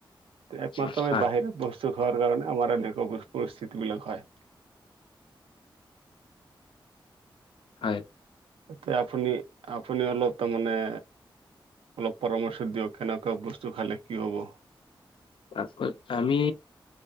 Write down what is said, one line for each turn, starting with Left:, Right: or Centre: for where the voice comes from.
Left: হয়,
Right: একমাত্ৰ আমি বাহিৰত বস্তু খোৱাৰ কাৰণে আমাৰ এনেকোৱা পৰিস্থিতি বিলাক হয়।
Left: হয়।
Right: তে আপুনি-আপুনি অলপ তাৰমানে অলপ পৰামৰ্শ দিয়ক কেনেকুৱা বস্তু খালে কি হ'ব?
Left: ত <unintelligible> আমি